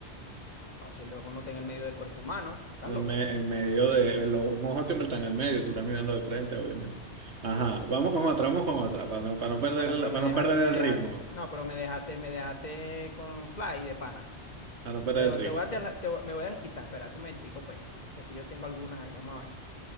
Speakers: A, on the left (about 40°); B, on the right (about 75°).
A: Bacilo es uno está en el medio del cuerpo humano. ¿Estás
B: El
A: loco?
B: me- en medio de, el o- un ojo siempre está en el medio, si está mirando de frente, obviamente. Ajá, vamos con otra, vamos con otra, para no, para no
A: Ahora,
B: perder la-
A: pero me
B: para
A: dejaste,
B: no perder
A: me
B: el
A: dejaste.
B: ritmo.
A: No, pero me dejaste, me dejaste con fly de pana.
B: Para no perder
A: Pero
B: el ritmo.
A: te voy a, tela- te voy- me voy a desquitar. Espérate un momentico, pues. Que aquí yo tengo algunas ahí. Vamos a ver.